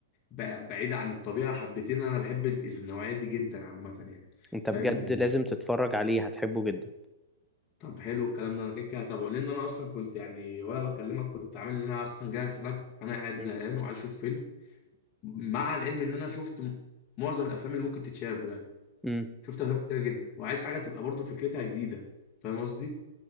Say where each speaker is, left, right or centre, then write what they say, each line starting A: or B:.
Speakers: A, on the left (about 25°); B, in the centre.
A: بع- بعيدة عن الطبيعة حبتين انا بحب الج- النوعية دي جدا عامة يعني
B: انت
A: فاهم
B: بجد لازم تتفرج عليه هتحبه جدا
A: طب حلو الكلام ده انا كده كده هتابعه لان انا اصلا كنت يعني وانا بكلمك كنت عامل ان انا اصلا جاي اسالك انا قاعد
B: مم.
A: زهقان وعايز اشوف فيلم مع العلم ان انا شفت م- معظم الافلام اللي ممكن تتشاف بجد
B: امم
A: شفت افلام كتيره جدا وعايز حاجه تبقى برضو فكرتها جديده فاهم قصدي